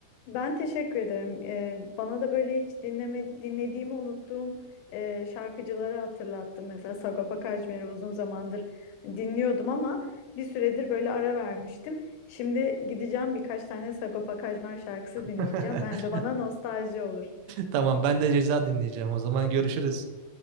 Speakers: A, on the left; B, on the right.
A: Ben teşekkür ederim. Ee, bana da böyle hiç dinleme, dinlediğimi unuttuğum e, şarkıcıları hatırlattım. Mesela Sagopa Kajmer'i uzun zamandır dinliyordum ama bir süredir böyle ara vermiştim. Şimdi gideceğim birkaç tane Sagopa Kajmer şarkısı dinleyeceğim.
B: <laughs>
A: Hem de bana nostalji olur.
B: Tamam ben de ceza dinleyeceğim. O zaman görüşürüz.